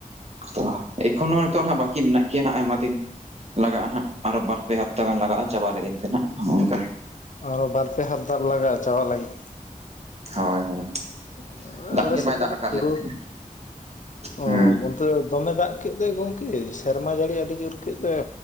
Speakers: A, on the right (about 50°); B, on the left (about 60°).
A: ᱛᱚ ᱮᱠᱷᱚᱱᱚ ᱦᱤᱛᱚᱜ ᱱᱟᱦᱟᱜ ᱵᱟᱠᱤ ᱢᱮᱱᱟᱜ ᱜᱮᱭᱟ ᱟᱭᱢᱟ ᱫᱤᱱ ᱞᱟᱜᱟᱜᱼᱟ ᱱᱟᱦᱟᱜ ᱟᱨᱚ ᱵᱟᱨ ᱯᱮ ᱦᱟᱯ ᱛᱟ ᱜᱟᱱ ᱞᱟᱜᱟᱜᱼᱟ ᱪᱟᱵᱟ ᱞᱟᱹᱜᱤᱫ ᱛᱮ ᱱᱟᱦᱟᱜ ᱦᱚᱸ-ᱚ ᱱᱚᱝᱠᱟ
B: ᱟᱨᱚ ᱵᱟᱨ ᱯᱮ ᱦᱟᱯᱛᱟ ᱞᱟᱜᱟᱜᱼᱟ ᱪᱟᱵᱟ ᱞᱟᱹᱜᱤᱫ?
A: ᱦᱳᱭ ᱦᱳᱭ᱾
B: ᱮᱸ
A: ᱫᱟᱜ
B: ᱟᱞᱮ
A: ᱜᱮ
B: ᱥᱮᱫ
A: ᱵᱟᱭ
B: ᱫᱚᱠᱚ
A: ᱫᱟᱜ ᱟᱠᱟᱫ
B: ᱯᱩᱨᱟᱹᱣ,
A: ᱞᱮ ᱛᱟᱦᱮᱸᱫ
B: ᱚ
A: ᱦᱮᱸ
B: ᱵᱚᱞ ᱛᱮ ᱫᱚᱢᱮ ᱫᱟᱜ ᱠᱮᱫ ᱫᱚᱭ ᱜᱚᱝᱠᱮ ᱥᱮᱨᱢᱟ ᱡᱟᱹᱲᱤ ᱟᱹᱰᱤ ᱡᱳᱨ ᱠᱮᱫ ᱫᱚᱭ